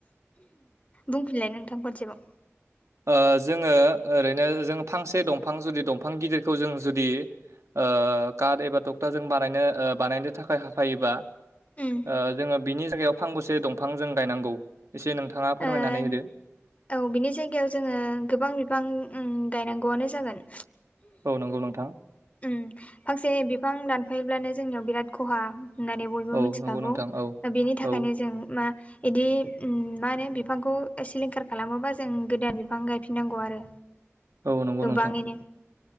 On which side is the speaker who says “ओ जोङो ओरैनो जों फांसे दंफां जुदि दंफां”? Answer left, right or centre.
Right